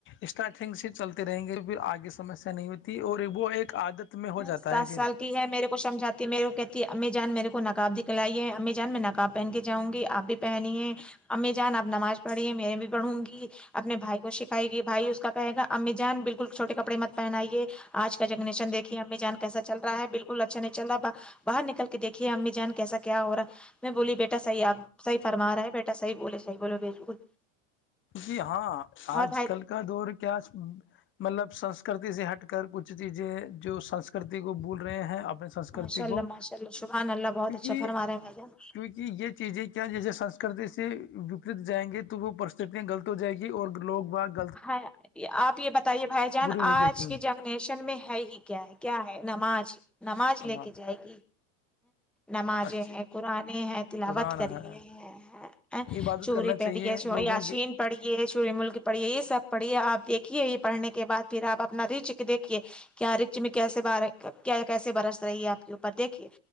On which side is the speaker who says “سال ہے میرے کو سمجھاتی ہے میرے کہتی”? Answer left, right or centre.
Centre